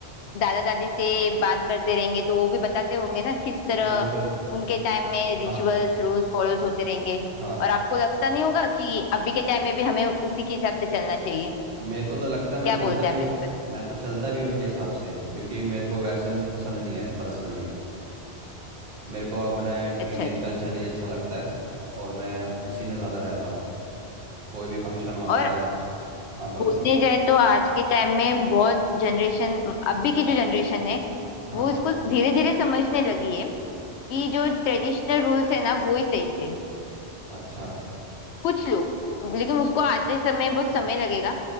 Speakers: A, on the left (about 80°); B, on the right (about 55°).
A: दादा दादी से बात करते रहेंगे तो वो भी बताते होंगे ना किस तरह
B: बिल्कुल
A: उनके टाइम में रिचुअल्स
B: हाँ
A: रूल्स फॉलोस होते रहेंगे
B: हाँ
A: और आपको लगता नहीं होगा कि अभी के टाइम में भी हमें उसी के हिसाब से चलना चाहिए
B: मेरे को तो लगता है मैं
A: क्या
B: चलता
A: बोलते
B: भी
A: हैं आप
B: हूँ
A: इस
B: मैं तो चलता भी हूँ उनके हिसाब से क्योंकि मेरे को वेस्टर्न पसंद नहीं है पर्सनली मेरे को अपना इंडियन
A: अच्छा जी
B: कल्चर ही अच्छा लगता है और मैं उसी में ज़्यादा रहता हूँ कोई भी फंक्शन होता
A: और
B: है हाँ बोलो
A: बोलने जाए तो आज के टाइम में बहुत जनरेशन अभी की जो जनरेशन है
B: हाँ
A: वो इसको धीरे धीरे समझने लगी है कि जो ट्रेडिशनल रूल्स है ना वो ही सही थे
B: अच्छा
A: कुछ लोग लेकिन उसको आते समय बहुत समय लगेगा